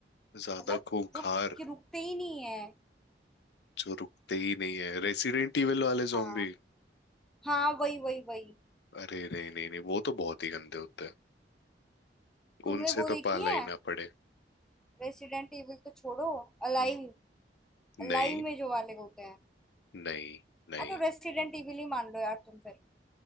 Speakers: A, on the left (about 70°); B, in the centre.
A: ज्यादा
B: मतलब
A: खूंखार
B: जो कि रुकते ही नहीं है
A: जो रुकते ही नहीं है रेसिडेंट इविल वाले
B: हाँ
A: zombie
B: हाँ वही वही वही
A: अरे नहीं नहीं नहीं वो तो बहुत ही गंदे होते हैं
B: तुमने
A: उनसे
B: वो
A: तो
B: देखी
A: पाला
B: है
A: ही ना पड़े
B: रेसिडेंट इविल तो छोड़ो अलाइव
A: हम्म, नहीं
B: अलाइव में जो वाले होते हैं
A: नहीं नहीं
B: हाँ तो रेसिडेंट इविल ही मान लो यार तुम फिर